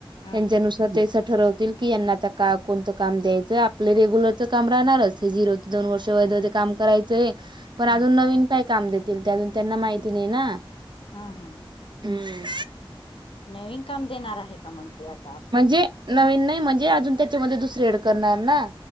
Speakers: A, on the left; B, on the right.
A: हा
B: त्यांच्यानुसार त्याच ठरवत की यांना आता का, कोणतं काम द्यायचं आपल रेग्युलरच काम राहणारच, हे जीरो ते दोन वर्ष वैधध्ये काम कराय च ये पण
A: हा
B: अजून नवीन काय काम देतील, त्यांना अजून माहिती नही ना,
A: हा हा
B: हम्.
A: नवीन काम देणार आहे का, मग ते आत?
B: म्हणजे नवीन नाही म्हणजे अजून त्याच्यामध्ये दुसर एड करणार ना.